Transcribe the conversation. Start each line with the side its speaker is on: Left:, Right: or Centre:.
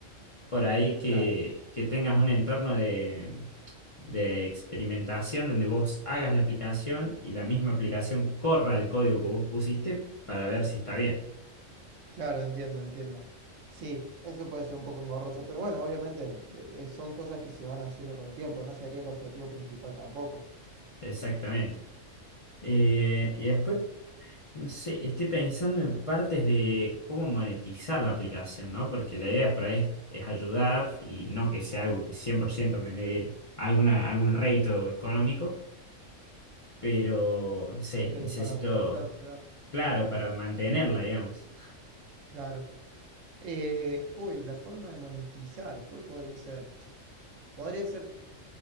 Left: por ahí que,
Right: Claro.
Left: que tengas un entorno de, de experimentación donde vos hagas la aplicación y la misma aplicación corra el código que vos pusiste para ver si está bien.
Right: Claro, entiendo, entiendo. Sí, eso puede ser un poco engorroso, pero bueno, obviamente eh, son cosas que se van haciendo con el tiempo, no sería el objetivo principal tampoco,
Left: Exactamente. Eh, y después, no sé, estoy pensando en partes de cómo monetizar la aplicación, ¿no? Porque la idea por ahí es, es ayudar y no que sea algo que 100% me dé alguna, algún rédito económico, pero, no sé,
Right: pero
Left: necesito,
Right: para aguantarse ya.
Left: claro, para mantenerla, digamos.
Right: Claro. Eh, uy, la forma de monetizar, ¿cuál podría ser? Podría ser,